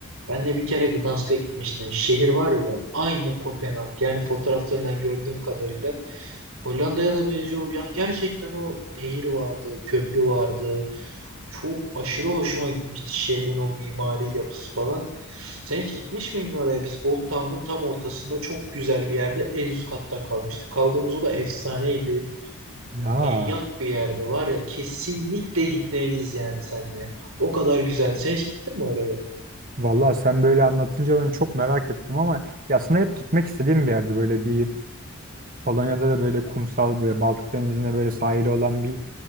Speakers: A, on the right; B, on the right.
A: ben de bir kere Gdansk'a gitmiştim. Şehir var ya aynı Kopenhag. Yani fotoğraflarından gördüğüm kadarıyla Hollanda'ya da benziyor. Yani gerçekten o nehir vardı, köprü vardı. Çok aşırı hoşuma gitmişti şehrin o mimari yapısı falan. Sen hiç gitmiş miydin oraya? Biz Old Town'un tam ortasında çok güzel bir yerde en üst katta kalmıştık. Kaldığımız o da efsaneydi.
B: Ya
A: Manyak bir yerde var ya kesinlikle gitmeliyiz yani senle. O kadar güzel. Sen hiç gittin mi oraya?
B: Vallahi sen böyle anlatınca ben çok merak ettim ama ya aslında hep gitmek istediğim bir yerde böyle bir Polonya'da da böyle kumsal böyle Baltık Denizi'ne böyle sahili olan bir